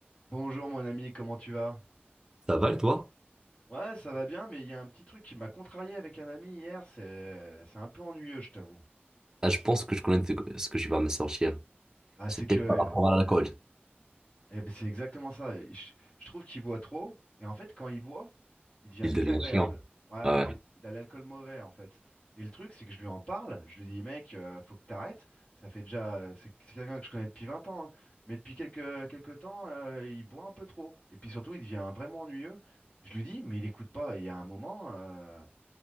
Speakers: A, on the left; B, on the right.
A: Bonjour mon ami, comment tu vas?
B: Ça va et toi?
A: Ouais, ça va bien, mais il y a un petit truc qui m'a contrarié avec un ami hier, c'est c'est un peu ennuyeux, je t'avoue.
B: Ah, je pense que je connais de- ce que je vais me sortir.
A: Ah,
B: C'était
A: c'est que
B: par rapport à l'alcool.
A: eh ben, c'est exactement ça. et Je, je trouve qu'il boit trop, et en fait, quand il boit, il devient
B: Il
A: désagréable.
B: devient chiant.
A: Ouais,
B: Ah
A: ouais,
B: Ouais.
A: il il a l'alcool mauvais en fait. Et le truc, c'est que je lui en parle, je lui dis, mec, euh, faut que t'arrêtes. Ça fait déjà, c'est c'est quelqu'un que je connais depuis 20 ans, hein, mais depuis quelques quelques temps, euh, il boit un peu trop. Et puis surtout, il devient vraiment ennuyeux. Je lui dis, mais il écoute pas. Et il y a un moment. euh,